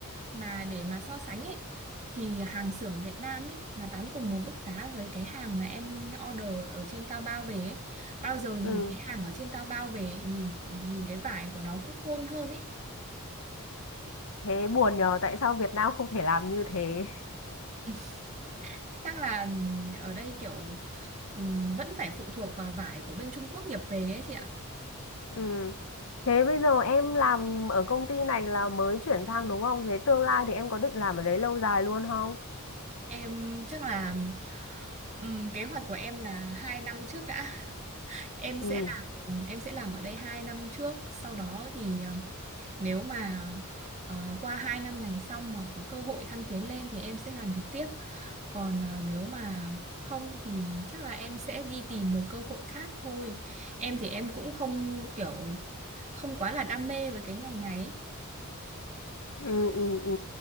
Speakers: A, on the right; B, on the left.
A: mà để mà so sánh ấy thì hàng xưởng Việt Nam ấy mà bán cùng một mức giá với cái hàng mà em order ở trên Taobao về ấy bao giờ nhìn
B: Ừ,
A: cái hàng ở trên Taobao về nhìn nhìn cái vải của nó cũng khôn hơn ấy
B: thế buồn nhờ tại sao Việt Nam không thể làm như thế.
A: <laughs> chắc là ở đây kiểu ừm, vẫn phải phụ thuộc vào vải của bên Trung Quốc nhập về ấy chị ạ
B: Ừ, thế bây giờ em làm ở công ty này là mới chuyển sang đúng không? Thế tương lai thì em có định làm ở đấy lâu dài luôn không?
A: em chắc là ừm, kế hoạch của em là hai năm trước đã em
B: Ừ.
A: sẽ làm em sẽ làm ở đây 2 năm trước sau đó thì ờ, nếu mà ờ, qua 2 năm này xong mà có cơ hội thăng tiến lên thì em sẽ làm việc tiếp còn ờ, nếu mà không thì chắc là em sẽ đi tìm một cơ hội khác thôi em thì em cũng không kiểu không quá là đam mê với cái ngành này ấy.
B: ừ ừ ừ